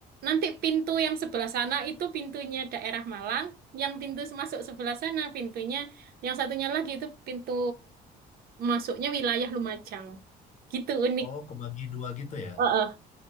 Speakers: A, on the right (about 65°); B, on the left (about 45°).
A: nanti pintu yang sebelah sana itu pintunya daerah Malang, yang pintu masuk sebelah sana pintunya, yang satunya lagi itu pintu masuknya wilayah Lumajang. Gitu unik.
B: Oh, kebagi dua gitu ya?
A: Heeh.